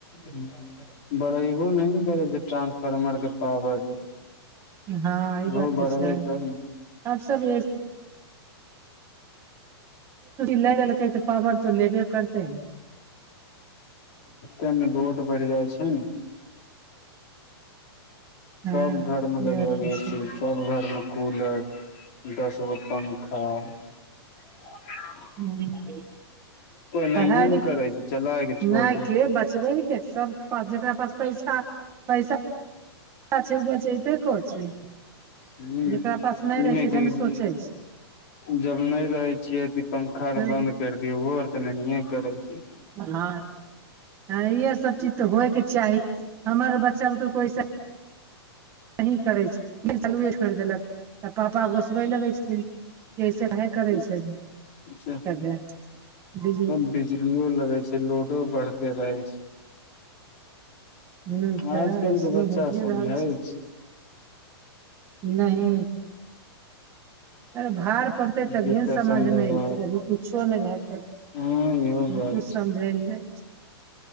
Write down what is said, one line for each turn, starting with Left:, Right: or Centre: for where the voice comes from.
Left: हू बड़बहो नहि ने करै छै ट्रान्सफार्मरक पावर।
Right: हँ,
Left: ओहो
Right: ई बात तँ
Left: बढ़बे
Right: छै।
Left: तब
Right: आब सभ। ले लेलकै तँ पावर तऽ लेबे करतै।
Left: <unintelligible> बढ़ि छै ने।
Right: ई
Left: सब घर में लगभग
Right: बात तऽ
Left: ए
Right: छै
Left: सी सब घर में कूलर दसगो पं हँ <unintelligible>
Right: हू
Left: नहिये
Right: पहाड़ि
Left: ने करै छै चला के छोड़
Right: नहि
Left: दे
Right: के बचबै के सब प जेकरा पास पैसा पैसा चा छै बचैतै, कोठी छै
Left: ह
Right: जकरा पास नहि
Left: ई
Right: रहै छै
Left: कि
Right: से ने सोचैत छै।
Left: जब नहि रहै छियै तऽ पंखा आ
Right: छै
Left: बन्द कर दियौ ओहो आर तऽ नहिए करै छै
Right: हँ आ ई सब चीज तऽ होयके चाही हमर बच्चा बुतू कोसा सहि करै छै चालुए कैर देलक तऽ पापा गोसबे लगै छथिन जैसे वएहे करै छै।
Left: जा
Right: सभे
Left: त
Right: बिजी
Left: बिजलियो लगै छै लोडो बढ़ते रहै छै
Right: ह तऽ
Left: आजकल
Right: ऐसे
Left: के बच्चाभमे
Right: होइए रहल छै
Left: अछि
Right: नहि अरे भार पड़तै तभिए
Left: जते
Right: ने समझ
Left: समझेबो
Right: मे अतै अभी कुछो नहि भाग पड़तै
Left: हँ इहो बात
Right: कुछ समझै नहि